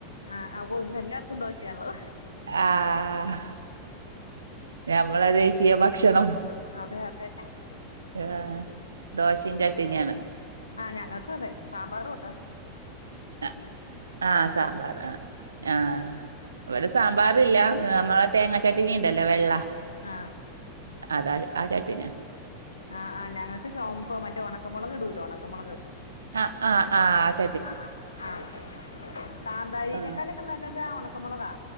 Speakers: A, on the left (about 75°); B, on the right (about 70°).
A: ആഹ്, അവു ഇന്ന് എല്ലായിടത്തും ദോശെയാണല്ലോ?
B: ആഹ് ഞമ്മളെ ദേശീയ ഭക്ഷണം
A: അതെ അതെ
B: ആഹ് ദോഷിം ചട്ടിനി ആണ്
A: ആഹ് ഞങ്ങക്കു അതെ സാമ്പാറുട്ടോ
B: ആ ആഹ് സാമ്പാർ
A: ഉം
B: ആഹ്
A: ഉം
B: വടെ
A: ഉം
B: സാമ്പാറില്ല, നമ്മളെ തേങ്ങാ ചട്ടിനിണ്ടല്ലോ വെള്ള
A: ആ
B: അതാ, ആ ചട്ട്ണിയ
A: ആഹ് ആഹ് ഞങ്ങക്ക് ചോമപ്പ് മറ്റ ഒണക്കമുളക് ഇടൂലോ ഒണക്കമുളക്
B: ആഹ് അഹ് ആഹ്
A: ആഹ് ആഹ് കാന്താരി
B: ആ
A: നേക്കാലൊക്കെ നല്ലത് ആ ഉണക്ക മുളകാ